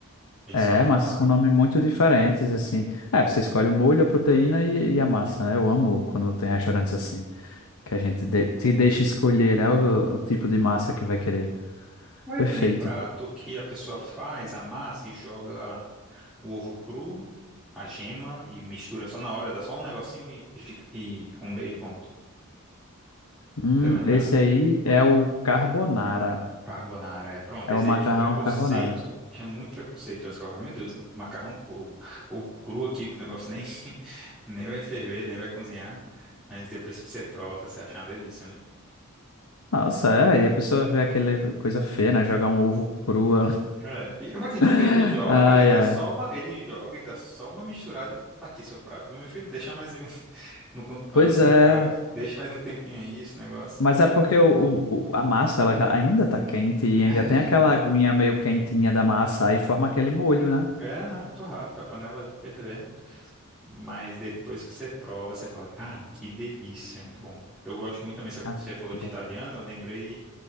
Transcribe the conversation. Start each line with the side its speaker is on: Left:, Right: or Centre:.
Centre: é? Eles
Left: é,
Centre: fazem
Left: massas
Centre: na hora?
Left: com nome muito diferentes, assim, é, você escolhe o molho, a proteína e, e a massa, né, eu amo quando tem restaurantes assim, que a gente de- te deixa escolher, né, o o tipo de massa que vai querer,
Centre: Ou é
Left: perfeito.
Centre: aquele prato que a pessoa faz, amassa e joga o ovo cru, a gema e mistura só na hora, dá só um negocinho e, e fica e com bacon.
Left: Hum,
Centre: Você lembra?
Left: esse aí é o carbonara.
Centre: Carbonara, é. Pronto,
Left: É
Centre: esse
Left: o macarrão
Centre: daí eu tinha um preconceito,
Left: carbonara.
Centre: tinha muito preconceito antes, que eu falava, meu Deus, macarrão ou, ou cru aqui, que o negócio nem, <laughs> nem vai ferver, nem vai cozinhar, mas depois que você prova, você acha uma delícia, né?
Left: Nossa, é. E a pessoa vê aquela coisa feia, né? Jogar um ovo cru.
Centre: É, e, mas, assim, tipo,
Left: <laughs>
Centre: ele joga
Left: Ai,
Centre: e dá
Left: é.
Centre: só uma, ele joga e dá só uma misturada, tá aqui seu prato. Eu, Meu filho, deixa mais um, <laughs> no- antes,
Left: Pois
Centre: né?
Left: é.
Centre: Eu ficava, deixa mais um tempinho aí, esse negócio.
Left: Mas é porque o, o- o- a massa ela já ainda tá quente e
Centre: É,
Left: ainda tem aquela aguinha meio quentinha da massa. Aí forma aquele molho, né?
Centre: é, né? Muito rápido, a panela fervendo. Mas depois que você prova, você fala, caramba, que delícia, muito bom. Eu gosto muito também, você
Left: Ah,
Centre: você falou
Left: muito
Centre: de
Left: bom.
Centre: italiano, eu lembrei